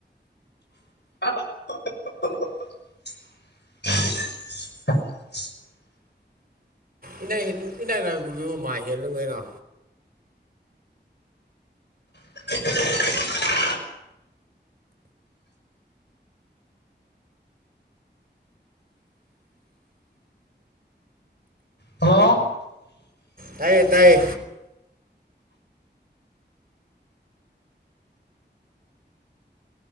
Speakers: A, on the left (about 70°); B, on the right (about 50°).
A: <inaudible>
B: ꯏꯗꯥꯏ ꯏꯗꯥꯏ ꯂꯅꯥꯛꯄꯗꯨ ꯃꯥ ꯍꯦꯜꯂꯨ ꯀꯩꯅꯣ
A: <inaudible> ꯍ
B: ꯇꯥꯏꯌꯦ ꯇꯥꯏꯌꯦ